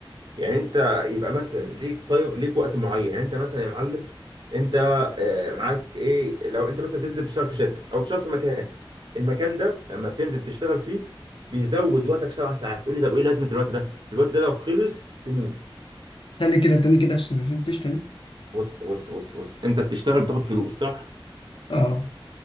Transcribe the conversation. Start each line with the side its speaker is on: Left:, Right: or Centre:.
Right: يعني انت يبقى مثلا ليك طيب ليك وقت معين يعني انت مثلا يا معلم انت آه، معاك ايه لو انت مثلا بتنزل تشتغل في شركه او تشتغل في مكان المكان ده لما بتنزل تشتغل فيه بيزود وقتك سبع ساعات تقول لي طب ايه لازمه الوقت ده الوقت ده لو خلص تموت
Left: تاني كده تاني كده عشان ما فهمتش تاني
Right: بص بص بص بص انت بتشتغل بتاخد فلوس صح
Left: اه